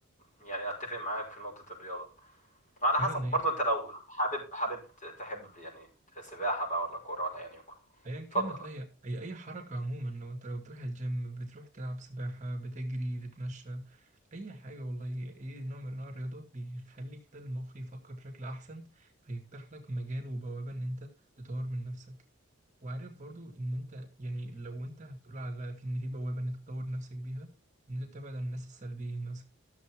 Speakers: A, on the left; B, on the right.
A: يعني اتفق معاك في نقطة الرياضة على
B: فعلا
A: حسب برضو
B: هي
A: انت لو حابب حابب ت- تحب يعني سباحة بقى ولا كورة ولا يعني يكون
B: أيا كانت
A: اتفضل
B: لا هي أي أي حركة عموما لو أنت لو بتروح الجيم بتروح تلعب سباحة بتجري بتتمشى اي حاجه والله اي نوع من انواع الرياضه بيخلي كده المخ يفكر بشكل احسن فيفتح لك مجال وبوابه ان انت تطور من نفسك وعارف برضو ان انت يعني لو انت هتقول على في ان في بوابه ان انت تطور نفسك بيها ان انت تبعد عن الناس السلبيين مثلا